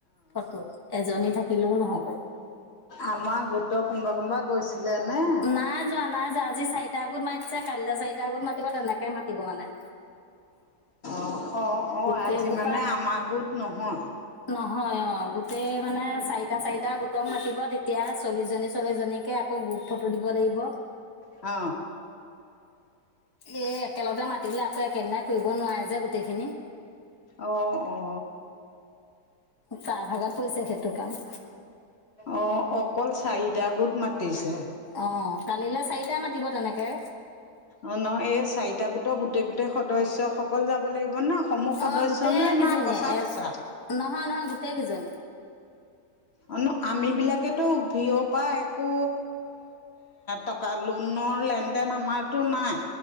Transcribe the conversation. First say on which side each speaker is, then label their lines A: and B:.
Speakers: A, on the left; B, on the left.
A: ফটো এজনী থাকিলেও নহ'ব।
B: আমাৰ গোট কোনোবা কোনবা গৈছিলে নে?
A: নাই যোৱা নাই যোৱা আজি চাৰিটা গোট মাতিছে কাইলে চাৰিটা গোট মাতিব তেনেকে, এনেকে মাতিব মানে?
B: অ অ অ
A: গোটেই
B: আজি
A: সোপা
B: মানে আমাৰ গোত নহয়।
A: নহয় অ গোটেই মানে চাৰিটা চাৰিটা গোটক মাতিব তেতিয়া চল্লিশ জনী চল্লিশ জনীকে আকৌ গোপ। ফটো দিব লাগিব।
B: অ।
A: এ একেলগতে মাতিলে আকৌ একেদিনাই কৰিব নোৱাৰে যে গোটেইখিনি।
B: অঁ অঁ।
A: চাহ ভাগত পৰিছে সেইটো কাম।
B: অ অকল চাৰিটা গোট মাতিছে।
A: অ কালিলৈ চাৰিটা মাতিব তেনেকে।
B: অ ন এই চাৰিটা গোটৰ গোটেই গোটেই সদ্যয়সকল যাব লাগিব ন। সমূহ
A: অ
B: সদস্য
A: গোটেই
B: নে
A: কেইজনীয়ে
B: নাই বচা
A: এ
B: বচা।
A: নহয় নহয় গোটেই কেইজনী
B: অ ন আমি বিলাকে। তো ভিঅ' পৰা একো টকা লোনৰ লেনদেন আমাৰ। টো নাই